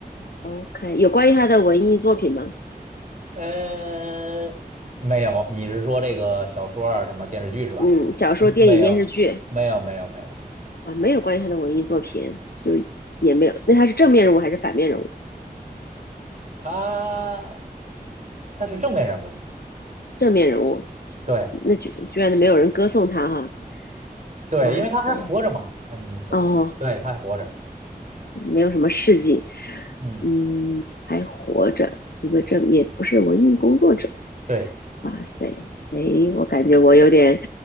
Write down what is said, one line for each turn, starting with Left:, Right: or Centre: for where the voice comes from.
Left: OK，有关于他的文艺作品吗？
Right: 嗯，没有，你是说这个小说啊，什么电视剧是吧？
Left: 嗯，小说、
Right: 嗯没有，
Left: 电影、电视剧，
Right: 没有，没有，没有，
Left: 哇，没有关于他的文艺作品，就也没有。那他是正面人物还是反面人物？
Right: 他他是正面人物，
Left: 正面人物，
Right: 对，
Left: 那就居然没有人歌颂他哈！
Right: 对，
Left: 哇塞，
Right: 因为他还活着嘛，他你怎么，
Left: 哦，
Right: 对，他还活着，
Left: 没有什么事迹，
Right: 嗯，
Left: 嗯，还活着，一个正也不是文艺工作者。
Right: 对，
Left: 哇塞，诶，我感觉我有点，